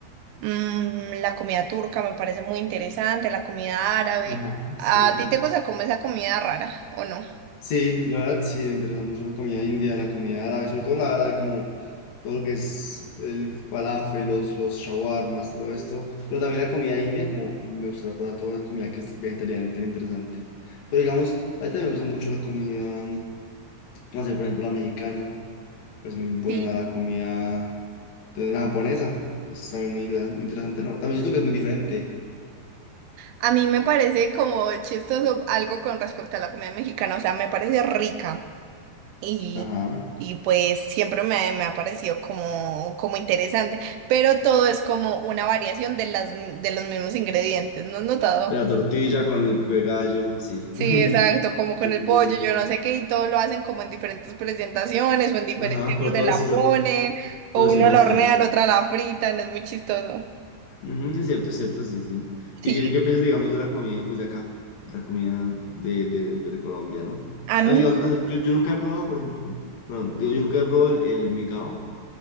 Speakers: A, on the right; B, on the left.
A: mm, la comida turca me parece muy interesante, la comida árabe.
B: Ajá, sí.
A: ¿A ti te gusta como esa comida rara o no?
B: Sí, la verdad sí, me interesa mucho la comida india, la comida árabe, sobre todo la árabe, como todo lo que es el falafel, los, los shawarmas, todo esto. Pero también la comida india, como me gustaría probar toda la comida que es vegetariana y tan interesante. Pero digamos, a mí también me gusta mucho la comida, mm, no sé, por ejemplo, la mexicana, pues muy buena,
A: Sí.
B: la comida de la japonesa, es también muy, inter- muy interesante, ¿no? También siento que es muy diferente.
A: A mí me parece como chistoso algo con respecto a la comida mexicana, o sea, me parece rica y,
B: Ajá.
A: y pues siempre me, me ha parecido como, como interesante, pero todo es como una variación de las, de los mismos ingredientes, ¿no has notado?
B: De la tortilla con el pico de gallo, sí.
A: Sí,
B: <laughs>
A: exacto, como con
B: Sí,
A: el
B: sí,
A: pollo,
B: sí.
A: yo no sé qué, y todo lo hacen como en diferentes presentaciones o en diferentes
B: Ajá, pero
A: orden
B: todo
A: la
B: les-
A: ponen,
B: pero,
A: o
B: pero
A: uno
B: siempre
A: la
B: les
A: hornean,
B: queda rico.
A: otra la fritan, es muy chistoso.
B: Ujú, es cierto, es cierto, sí, sí.
A: Sí,
B: ¿Y qué, qué piensas, digamos, de la comida, pues, de acá? La comida de, de, pues, de Colombia, ¿no?
A: a mí
B: Amigos, hace- yo, yo nunca he probado, por ejemplo, perdón, digo, yo nunca he probado el, el migao,